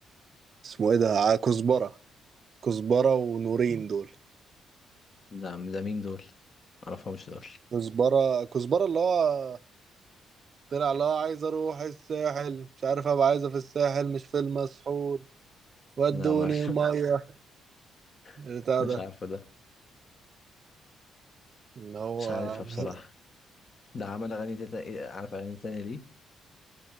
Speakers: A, on the right; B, on the left.
A: اسمه ايه ده ع- كزبره كزبره ونورين دول
B: ده ده مين دول؟ معرفهمش دول
A: كزبره كزبره اللي هو طلع اللي هو عايز اروح الساحل مش عارف ابقى عايزه في الساحل مش في المسحول ودوني
B: لا ما
A: الميه بتاع
B: <laughs> مش
A: ده
B: عارفه ده
A: اللي هو
B: مش عارفها
A: <laughs>
B: بصراحة ده عمل اغاني تتا... إيه، عارف اغاني تانية ليه؟